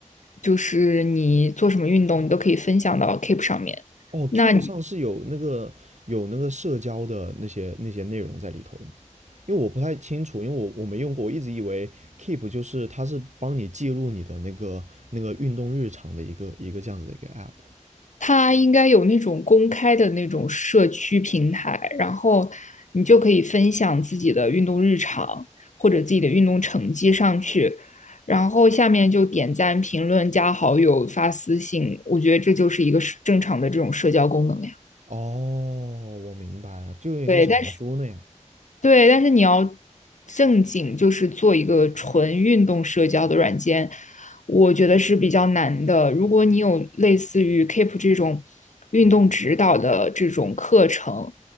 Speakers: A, on the left (about 70°); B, on the right (about 65°).
A: 就是你做什么运动，你都可以分享到 Keep 上面。
B: 哦，Keep
A: 那你
B: 上是有那个有那个社交的那些那些内容在里头的吗？因为我不太清楚，因为我我没用过，我一直以为 Keep 就是它是帮你记录你的那个那个运动日常的一个一个这样子的一个 app。
A: 它应该有那种公开的那种社区平台，然后你就可以分享自己的运动日常或者自己的运动成绩上去，然后下面就点赞、评论、加好友、发私信，我觉得这就是一个正常的这种社交功能呀。
B: 哦，我明白了，就有点像小红书那样。
A: 对，但是。对，但是你要正经，就是做一个纯运动社交的软件，我觉得是比较难的。如果你有类似于 Keep 这种运动指导的这种课程，